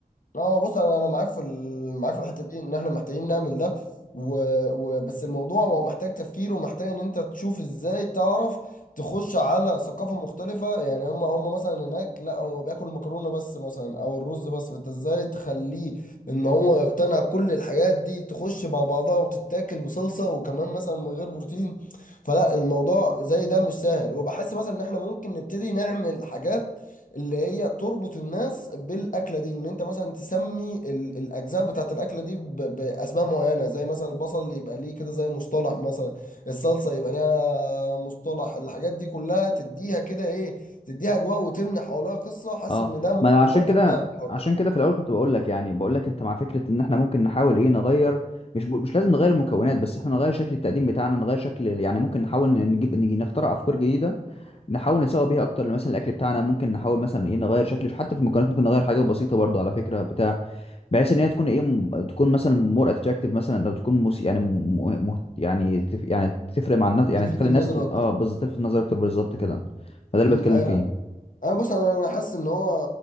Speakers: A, on the left; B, on the left.
A: اه بص انا انا معاك في ال... معاك في الحته دي ان احنا محتاجين نعمل ده و... و... بس الموضوع هو محتاج تفكير ومحتاج ان انت تشوف ازاي تعرف تخش على ثقافه مختلفه يعني هم هم مثلا هناك لا هو بياكل المكرونه بس مثلا او الرز بس فانت ازاي تخليه ان هو يقتنع كل الحاجات دي تخش مع بعضها وتتاكل بصلصه وكمان مثلا من غير بروتين فلا الموضوع زي ده مش سهل وبحس مثلا ان احنا ممكن نبتدي نعمل حاجات اللي هي تربط الناس بالاكله دي ان انت مثلا تسمي ال- الاجزاء بتاعت الاكله دي ب- باسماء معينه زي مثلا البصل يبقى ليه كده زي مصطلح مثلا الصلصه يبقى ليها مصطلح الحاجات دي كلها تديها كده ايه تديها اجواء وتمنح حواليها قصه حاسس
B: اه
A: ان ده ممكن
B: ما انا عشان
A: برضه
B: كده
A: يساعد في الحوار
B: عشان
A: ده
B: كده في الاول كنت بقول لك يعني بقول لك انت مع فكره ان احنا ممكن نحاول ايه نغير مش ب... مش لازم نغير المكونات بس احنا نغير شكل التقديم بتاعنا نغير شكل يعني ممكن نحاول ن- نجيب نجي نخترع افكار جديده نحاول نسوق بيها اكتر مثلا الاكل بتاعنا ممكن نحاول مثلا ايه نغير شكل حتى في المكونات ممكن نغير حاجه بسيطه برضو على فكره بتاع بحيث ان هي تكون ايه م- تكون مثلا مور اتراكتيف مثلا لو تكون موسي يعني م... م... يعني تف... يعني تفرق مع الناس يعني
A: يلفت
B: تخلي
A: النظر
B: الناس ت...
A: اكتر
B: اه بالظبط تلفت النظر اكتر بالظبط كده فده اللي
A: امم
B: بتكلم فيه
A: انا بص انا انا حاسس ان هو